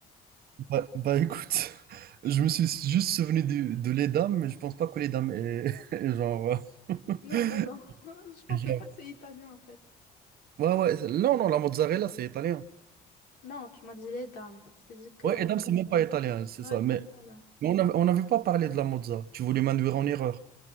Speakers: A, on the right; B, on the left.
A: Bah, bah, écoute, <laughs> je me suis juste souvenu du- de les dames, mais je pense pas que les dames est <laughs> est genre. euh,
B: Non,
A: <laughs>
B: non, non, <laughs> je pense
A: est genre-
B: même pas que c'est italien en fait.
A: Ouais, ouais, c'est- non, non, la mozzarella, c'est italien.
B: Non, tu m'as dit les dames, je t'ai dit que...
A: Ouais, et dames, c'est même pas italien, c'est
B: Ouais,
A: ça.
B: c'est
A: Mais
B: pas italien.
A: mais on n'avait on n'avait pas parlé de la mozza. Tu voulais m'induire en erreur.